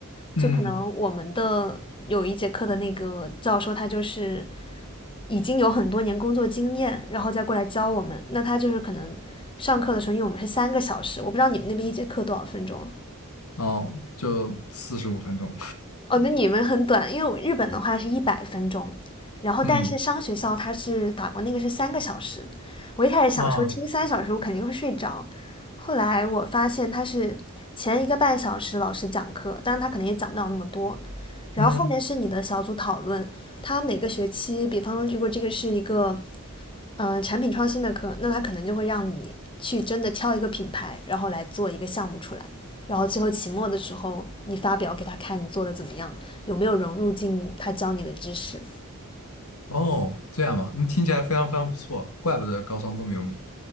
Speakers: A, on the left (about 75°); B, on the left (about 25°).
A: 嗯，
B: 就可能我们的有一节课的那个教授，他就是已经有很多年工作经验，然后再过来教我们。那他就是可能上课的时候，因为我们是三个小时，我不知道你们那边一节课多少分钟。
A: 哦，就四十五分钟。
B: 哦，那你们很短，因为我日本的话是一百分钟，然后但是商学校它是法国那个是三个小时。
A: <laughs> 嗯
B: 我一开始想说听三小时我肯定会睡着，
A: 啊
B: 后来我发现他是前一个半小时老师讲课，当然他可能也讲不了那么多，然后后面是你的小组讨论，
A: 嗯。
B: 他每个学期，比方说如果这个是一个，嗯、呃产品创新的课，那他可能就会让你去真的挑一个品牌，然后来做一个项目出来，然后最后期末的时候你发表给他看你做的怎么样，有没有融入进他教你的知识。
A: 哦，这样嘛，那听起来非常非常不错，怪不得高商这么有名。